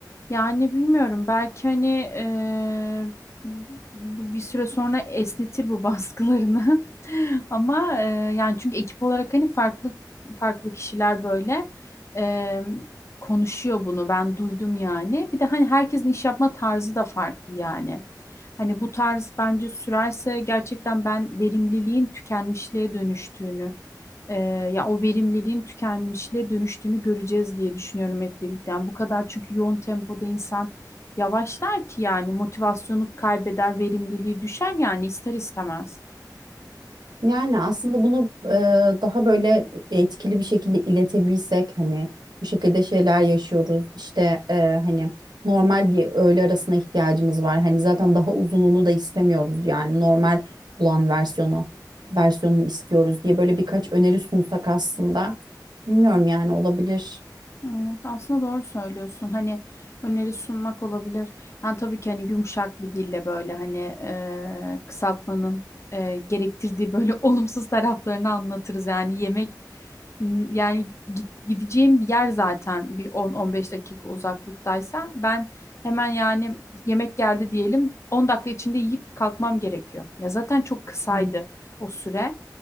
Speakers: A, on the left; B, on the right.
A: Yani bilmiyorum belki hani eee, bu bir süre sonra esnetir bu baskılarını. <laughs> Ama eee, yani çünkü ekip olarak hani farklı farklı kişiler böyle eee, konuşuyor bunu. Ben duydum yani. Bir de hani herkesin iş yapma tarzı da farklı yani. Hani bu tarz bence sürerse gerçekten ben verimliliğin tükenmişliğe dönüştüğünü e, ya o verimliliğin tükenmişliğe dönüştüğünü göreceğiz diye düşünüyorum hep birlikte. Yani bu kadar çünkü yoğun tempoda insan yavaşlar ki yani motivasyonu kaybeder, verimliliği düşer yani ister istemez.
B: Yani aslında bunu e, daha böyle etkili bir şekilde iletebilsek hani bu şekilde şeyler yaşıyoruz işte e, hani normal bir öğle arasına ihtiyacımız var hani zaten daha uzunluğunu da istemiyoruz yani normal olan versiyonu versiyonunu istiyoruz diye böyle birkaç öneri sunsak aslında bilmiyorum yani olabilir.
A: Evet, aslında doğru söylüyorsun. Hani öneri sunmak olabilir. Yani tabii ki hani yumuşak bir dille böyle hani e, kısaltmanın e, gerektirdiği böyle <laughs> olumsuz taraflarını anlatırız. Yani yemek yani gi- gideceğim bir yer zaten bir 10-15 dakika uzaklıktaysa ben hemen yani yemek geldi diyelim 10 dakika içinde yiyip kalkmam gerekiyor. Ya zaten çok kısaydı
B: Hmm.
A: o süre.